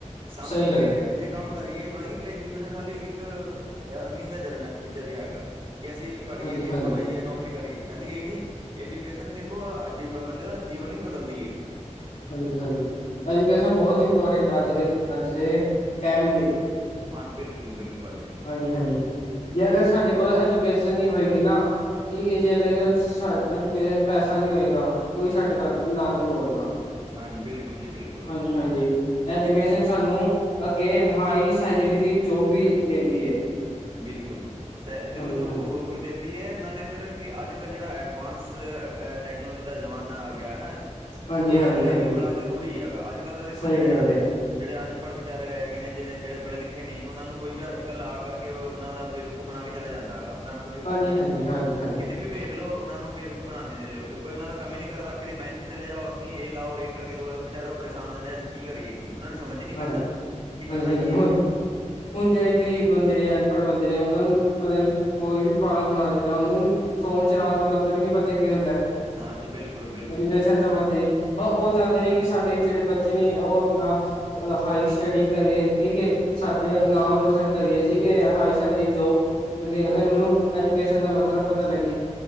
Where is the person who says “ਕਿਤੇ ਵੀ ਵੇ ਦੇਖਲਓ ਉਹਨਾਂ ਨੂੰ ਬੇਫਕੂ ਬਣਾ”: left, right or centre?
Right